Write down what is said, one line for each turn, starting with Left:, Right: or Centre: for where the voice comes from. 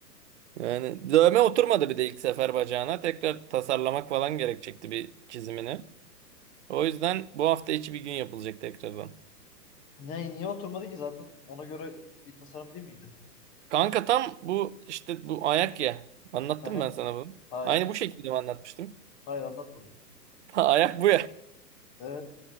Right: Yani dövme oturmadı bir de ilk sefer bacağına. Tekrar tasarlamak falan gerekecekti bir çizimini. O yüzden bu hafta içi bir gün yapılacak tekrardan.
Left: Niye, niye oturmadı ki zaten ona göre bir tasarım değil miydi?
Right: Kanka tam bu işte bu ayak ya. Anlattım
Left: Hı hı.
Right: ben sana bunu.
Left: Hayır.
Right: Aynı bu şekilde mi anlatmıştım?
Left: Hayır anlatmadım.
Right: <laughs> Ayak bu
Left: Evet.